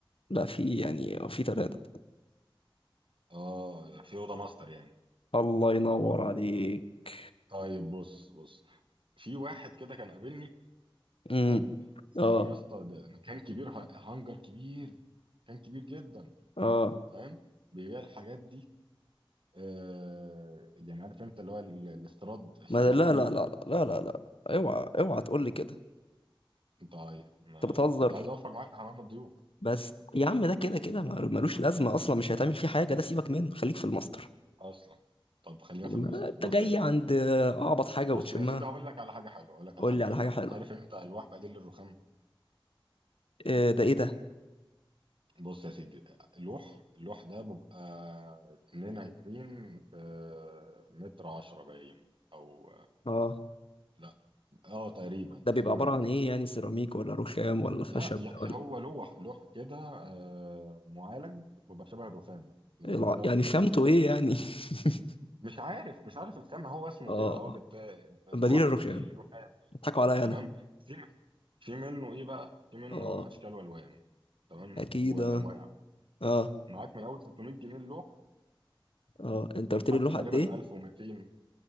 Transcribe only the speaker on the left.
لا في يعني آه، في ثلاثة
الله ينور عليك
امم
اه
اه
ما لا
لا لا لا لا لا اوعى اوعى تقول لي كده
انت بتهزر
بس يا عم ده كده كده ما- ملوش لازمه اصلا مش هيتعمل فيه حاجه ده سيبك منه خليك في الماستر
يعني
ما
انت
جاي
عند آه، اعبط حاجه
وتشمها
قول
لي على
حاجه حلوه
إيه ده ايه ده
اه
ده
بيبقى عباره
عن ايه
يعني سيراميك ولا رخام ولا خشب
ده ولا
إيه
الع- يعني
خامته
ايه
يعني <laughs>
اه
بديل الرخام
بيضحكوا عليا
انا
اه
اكيد
اه اه
اه انت قلت
لي اللوحه
قد ايه